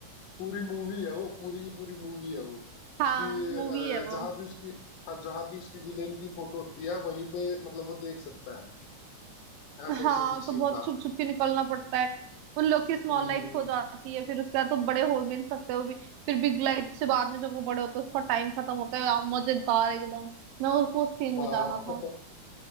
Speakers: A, on the left; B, on the right.
A: पूरी मूवी है वो पूरी की पूरी मूवी है वो
B: हाँ
A: उसकी
B: मूवी है वो
A: अ, जहाँ भी उसकी हाँ जहाँ भी उसकी विलेन की फोटो होती है वहीं पे मतलब वो देख सकता है ऐसा
B: हाँ
A: उसमें कुछ
B: तो
A: सीन
B: बहुत
A: था
B: छुप छुप के निकलना पड़ता है उन लोग की स्मॉल
A: हम्म हम्म
B: लाइट खो
A: हम्म।
B: जाती है फिर उसके बाद तो बड़े हो भी नहीं सकते वो भी फिर बिग लाइट से बाद में जब वो बड़े होते हैं उसका टाइम खत्म होता है यार, मजेदार एकदम मैं उसको उस सीन
A: हाँ
B: में जाना था
A: <laughs>